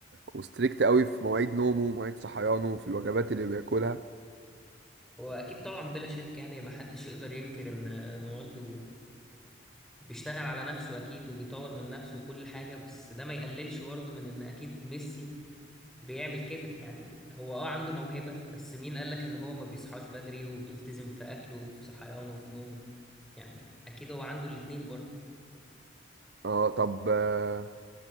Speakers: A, on the right; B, in the centre.
A: وستريكت قوي في مواعيد نومه ومواعيد صحيانه في الوجبات اللي بياكلها
B: واكيد طبعا بلا شك يعني ما حدش يقدر ينكر ان رونالدو بيشتغل على نفسه اكيد وبيطور من نفسه وكل حاجة بس ده ما يقللش برضه من ان اكيد ميسي بيعمل كده يعني هو اه عنده موهبة بس مين قالك ان هو ما بيصحاش بدري وبيلتزم في اكله وفي صحيانه وفي نومه يعني اكيد هو عنده الاتنين برضه
A: اه طب آه،